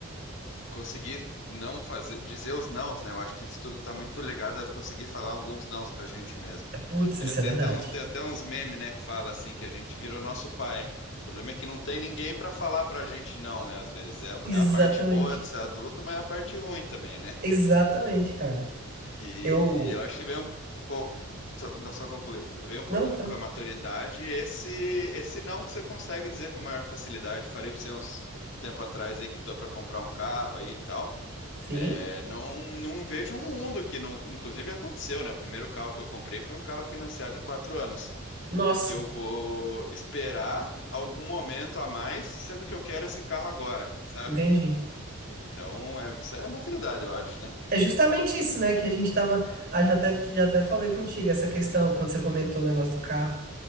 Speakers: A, on the left (about 55°); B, on the right (about 50°).
A: conseguir não fazer, dizer os nãos, né? Eu acho que isso tudo tá muito ligado a conseguir falar alguns nãos pra gente mesmo.
B: Putz,
A: É,
B: isso
A: tem
B: é verdade.
A: até uns, tem até uns memes, né, que fala assim, que a gente virou nosso pai. O problema é que não tem ninguém pra falar pra gente não, né? Às vezes é, a
B: Exatamente.
A: é a parte boa de ser adulto, mas é a parte ruim também, né?
B: Exatamente, cara.
A: E
B: Eu.
A: eu acho que vem um pouco, só, não, só concluir, vem um pouquinho
B: Não, tá.
A: com a maturidade, esse esse não que você consegue dizer com maior facilidade. Falei para você uns tempo atrás aí que tô para comprar um carro aí e tal.
B: Sim.
A: É, não, não vejo um mundo que não, inclusive aconteceu, né? O primeiro carro que eu comprei foi um carro financiado em quatro anos,
B: Nossa,
A: que eu vou esperar algum momento a mais, sendo que eu quero esse carro agora, sabe?
B: entendi.
A: Então, é, isso é maturidade, eu acho, né?
B: É justamente isso, né? Que a gente tava. Ah, já até, já até falei contigo, essa questão, quando você comentou o negócio do carro.